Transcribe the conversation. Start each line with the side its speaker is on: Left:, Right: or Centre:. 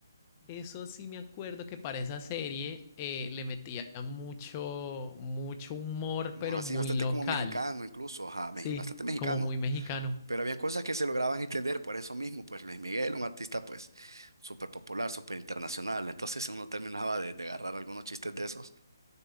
Left: Eso sí me acuerdo que para esa serie eh, le metía mucho, mucho humor,
Right: como
Left: pero
Right: ahora
Left: muy
Right: sí, bastante
Left: local.
Right: como mexicano incluso, ajá, meji-
Left: Sí,
Right: bastante mexicano,
Left: como muy mexicano.
Right: pero había cosas que se lograban entender por eso mismo, pues Luis Miguel, un artista pues súper popular, súper internacional, entonces uno terminaba de, de agarrar algunos chistes de esos.